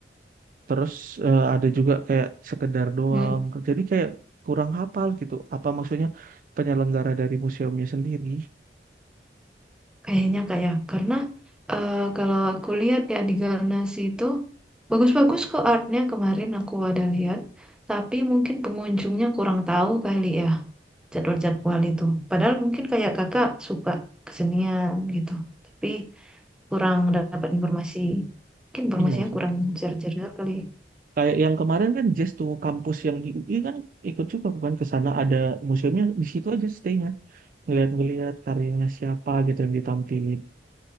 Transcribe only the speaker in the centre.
Mm-mm.
Kayaknya kayak karena eh, kalau aku lihat ya di Galnas itu bagus-bagus kok artnya kemarin aku ada lihat, tapi mungkin pengunjungnya kurang tahu kali ya jadwal-jadwal itu. Padahal mungkin kayak kakak suka kesenian gitu, tapi kurang dapat informasi. Mungkin informasinya
kurang jar-jar juga kali.